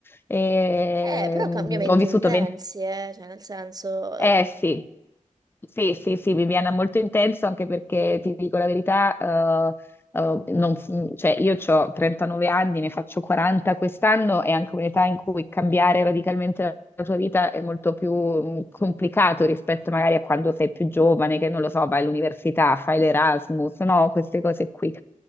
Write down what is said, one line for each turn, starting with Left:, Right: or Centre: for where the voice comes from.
Left: E,
Right: Eh, però
Left: mm,
Right: cambiamenti
Left: ho vissuto
Right: intensi,
Left: 20...
Right: eh, cioè nel senso,
Left: Eh
Right: eh,
Left: sì. Sì, sì, sì, Viviana, molto intenso anche perché ti dico la verità, eh, eh, non- cioè, io ho 39 anni, ne faccio 40 quest'anno, è anche un'età in cui cambiare radicalmente la tua vita è molto più mh, complicato rispetto magari a quando sei più giovane, che non lo so, vai all'università, fai l'Erasmus, no? Queste cose qui.